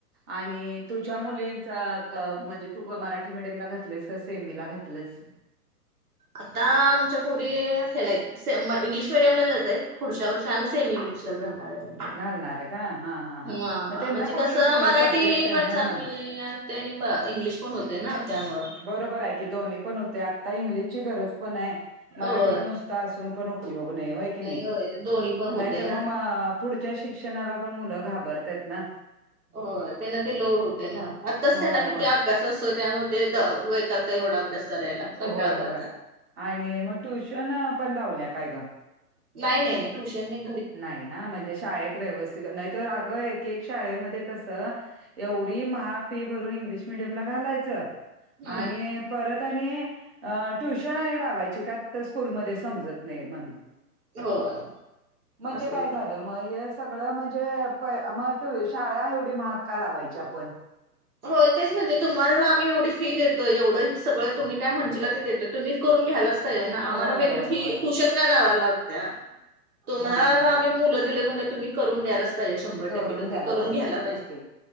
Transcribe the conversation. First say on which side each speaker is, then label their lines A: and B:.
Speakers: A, on the right; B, on the right.
A: आणि तुझ्या मुलींचा म्हणजे तू मराठी मिडियमला घातलेस का सेमी ला घातलंस?
B: आता आमच्या पोरी हेला आहेत इंग्लिश मिडियमला च हायत. पुढच्या वर्षी आम्हीे सेमी इंग्लिशलाच घालणार आहे.
A: घालणार आहे का? हां, हां, हां.
B: हा
A: मग
B: हा
A: त्यांना
B: म्हणजे
A: कुठले
B: कस
A: कुठले
B: मराठी
A: सब्जेक्ट हां,
B: पण चांगलं आहे तय आणि इंग्लिश पण होतय ना त्यामुळ
A: बरोबर हाय की दोन्हीं पण होतय आत्ता इंग्लिश ची गरज पण आहे. मराठीत
B: होय
A: नुसतं असून पण उपयोग नाही होय की नाय
B: होय दोन्ही पण
A: नाहीतर
B: होतय ना.
A: मग पुढच्या शिक्षणाला पण मुलं घाबरत्यात ना.
B: हो त्यांना ते लोड होते ना आताच
A: होय,
B: त्यांना किती
A: होय.
B: अभ्यास असतो त्यामुळे ते व वैतागत एवढा अभ्या करायला कंटाळ
A: होय, होय.
B: करतात.
A: आणि मग ट्युशन पण लावल्या काय ग?
B: नाही नाही नाही! ट्यूशन नाय.
A: नाही ना म्हणजे शाळेत व्यवस्थित नाही तर अग एक एक शाळेमध्ये कसं एवढी महाग फी भरून इंग्लिश मिडियमला घालायचं
B: हम्म
A: आणि परत आणि ट्युशन आणिक लावायचे का तर स्कूलमध्ये समजत नाही म्हणून.
B: होय.
A: म्हणजे
B: असं
A: काय
B: होत.
A: झालं मग हे सगळं म्हणजे मग शाळा एवढी महाग का लावायची आपण?
B: होय तेच ना तुम्हाला आम्ही एवढी फी देतोय एवढं सगळं तुम्ही काय म्हणचीला ते देतोय तुम्ही करून घ्यायलाच पाहिजे ना
A: होय
B: आम्हाला वेगळी
A: होय
B: फी
A: होय
B: ट्युशन का लावायला लागत्या! तुम्हाला
A: हा हा
B: आम्ही
A: हा
B: मुलं दिले म्हणल्यावर तुम्ही करून द्यायलाच पाहिजे शंभर
A: करून
B: टक्के तुम्ही
A: द्यायला
B: करून
A: पाहिजे
B: घ्यायला
A: तेच की